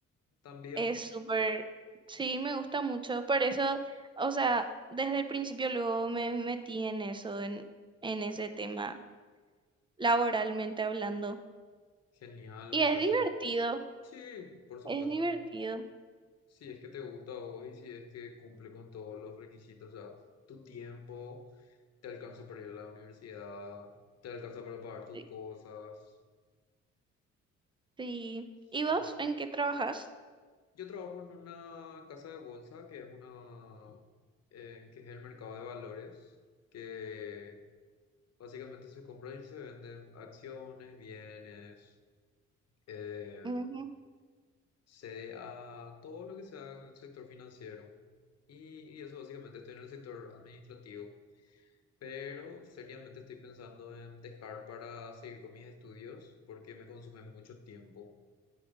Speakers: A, on the left; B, on the right.
A: También,
B: Es súper, sí, me gusta mucho. Por eso, o sea, desde el principio luego me metí en eso, en, en ese tema, laboralmente hablando.
A: genial,
B: Y
A: o
B: es
A: sea,
B: divertido,
A: sí. Sí, por supuesto.
B: es divertido.
A: Si es que te gusta a vos y si es que cumple con todos los requisitos, o sea, tu tiempo, te alcanza para ir a la universidad, te alcanza para pagar tus
B: Sí.
A: cosas.
B: sí.
A: Sí,
B: ¿Y vos
A: te...
B: en qué trabajas?
A: Yo trabajo en una casa de bolsa que es una, eh, que es el mercado de valores, que básicamente se compran y se venden acciones, bienes, eh,
B: Ujú.
A: CDA, todo lo que sea en el sector financiero. Y, y eso básicamente estoy en el sector administrativo. Pero seriamente estoy pensando en dejar para seguir con mis estudios porque me consume mucho tiempo.